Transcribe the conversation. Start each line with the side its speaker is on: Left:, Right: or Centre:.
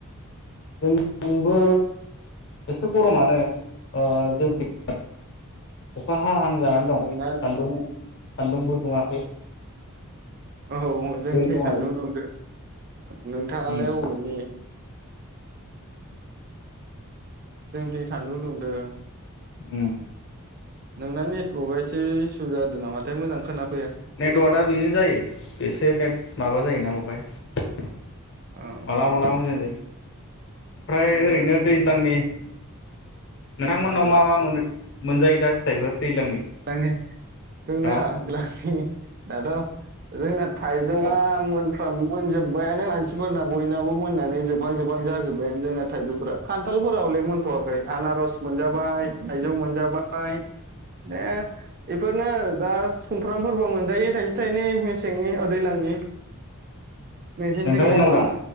Left: थिंबो एसे गरमानो ओ <unintelligible> अखा हा हां जानानै दं
Right: नोंना
Left: सान्दुं सान्दुंबो दुङाखै ।
Right: औ औ जोंनिथिं
Left: दं
Right: सान्दुं
Left: आरो
Right: दुंदो नोंथांङालाय
Left: उम
Right: अबेनि? जोंनिथि सान्दुं दुंदों ।
Left: उम्म
Right: नोंना नेत्रका एसे इस सु जादों नामाथाय मोजां खोना
Left: नेटवार्कआ बिदिनो जायो एसे नेट माबा जायोना बेवहाय? सम सम
Right: औ
Left: मालाबा मालाबा मोजां जायो । ओमफ्राय
Right: औ
Left: ओरैनो दैज्लांनि नोंथांमोननाव
Right: ओ
Left: मा मा मोनो? मोनजायो दा फिथाइफोर दैज्लांनि
Right: माने जोंना
Left: औ
Right: <unintelligible> दाथ' जोंना थाइजौआ
Left: अ
Right: मोन मोनजोब्बायानो मानसिफोरना बयनाबो मोननानै जोबहां जोबहां जाजोब्बायानो जोंना थाइजौफोरा खान्थालफोर हले मोनथवाखै आनारस मोनजाबाय थाइजौ मोनजाबाय । बे-बेफोरनो ओ दा सुमफ्रामफोरबो मोनजायो थाइसे थाइनै मेसेंनि ओ दैज्लांनि । नोंसिनिथिंलाय
Left: नोंथांमोननाव
Right: मा
Left: दं